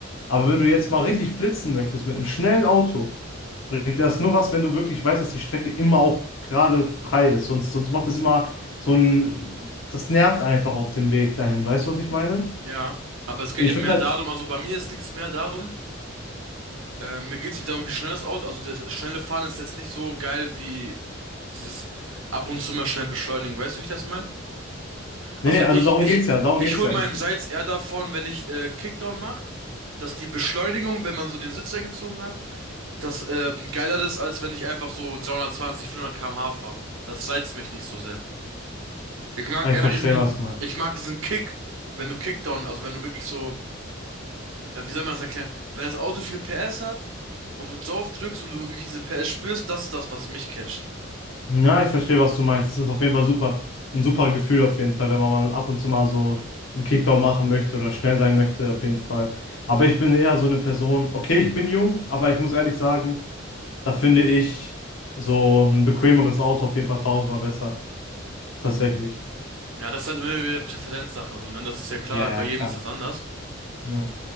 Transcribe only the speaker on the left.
Aber wenn du jetzt mal richtig flitzen möchtest mit einem schnellen Auto, bringt dir das nur was, wenn du wirklich weißt, dass die Strecke immer auch gerade frei ist. Sonst, sonst macht das immer so ein, das nervt einfach auf dem Weg dahin. Weißt du, was ich meine?
Und ich
finde
halt,
nee,
nee, also
darum
geht's ja, darum
geht's
ja.
Ich,
ah, ich
verstehe,
was du meinst.
Ja, ich verstehe, was du meinst. Das ist auf jeden Fall super. Ein super Gefühl auf jeden Fall, wenn man mal ab und zu mal so einen Kickdown machen möchte oder schnell sein möchte, auf jeden Fall. Aber ich bin eher so eine Person, okay, ich bin jung, aber ich muss ehrlich sagen, Da finde ich so ein bequemeres Auto auf jeden Fall tausendmal besser. Tatsächlich.
Ja,
ja,
klar.
Ja.